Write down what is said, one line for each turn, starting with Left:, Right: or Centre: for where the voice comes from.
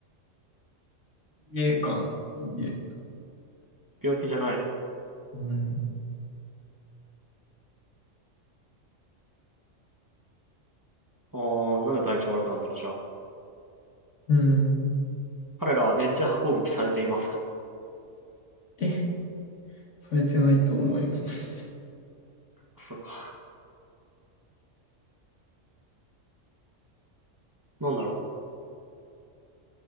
Left: 家かな。家。
Right: 病気じゃない。
Left: うん。
Right: あー、なんで体調悪くなんだろう、じゃあ。
Left: うん。
Right: 彼らは電磁波攻撃されていますか
Left: え、されてないと思います。
Right: そっか。なんだろう。